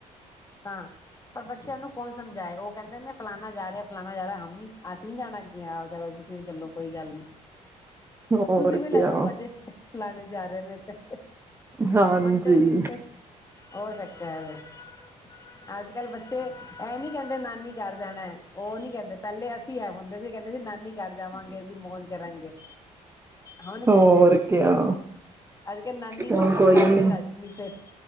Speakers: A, on the left; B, on the right.
A: ਤਾਂ ਪਰ ਬੱਚਿਆਂ ਨੂੰ ਕੌਣ ਸਮਝਾਏ ਉਹ ਕਹਿੰਦੇ ਨੇ ਫਲਾਨਾ ਜਾ ਰਿਹਾ ਫਲਾਨਾ ਜਾ ਰਿਹਾ ਹਮ ਨ ਅਸੀਂ ਨੀ ਜਾਣਾ ਕੀ ਤੁ ਵੀ ਚਲੋ ਕੋਈ ਗੱਲ ਨੀ
B: ਹੋਰ
A: ਤੁਸੀਂ ਵੀ ਲੈ
B: ਕਿਆ।
A: ਲੋ ਮਜ਼ੇ ਫਲਾਣੇ ਜਾ ਰਹੇ ਨੇ ਤੇ <inaudible>
B: ਹਾਂਜੀ
A: ਮੰਨਦੇ ਨਹੀਂ ਤੇ ਹੋ ਸਕਤੇ ਐਵੇਂ <inaudible> ਅੱਜ ਕੱਲ ਬੱਚੇ ਇਹ ਨੀ ਕਹਿੰਦੇ ਨਾਨੀ ਘਰ ਜਾਣਾ ਹੈ ਉਹ ਨੀ ਕਹਿੰਦੇ ਪਹਿਲੇ ਅਸੀਂ ਇਹ ਹੁੰਦੇ ਸੀ ਕਹਿੰਦੇ ਸੀ ਨਾਨੀ ਘਰ ਜਾਵਾਂਗੇ ਜੀ ਮੌਜ ਕਰਾਂਗੇ। ਹੁਣੇ ਕਿੱਥੇ
B: ਹੋਰ ਕਿਆ
A: ਅੱਜ ਕੱਲ ਨਾਨੀ ਮਾਮੇ
B: ਹੁਣ
A: ਬੁਲਾ
B: ਕੋਈ
A: ਕੇ
B: ਨੀ
A: ਵੀ ਰਾਜੀ ਫ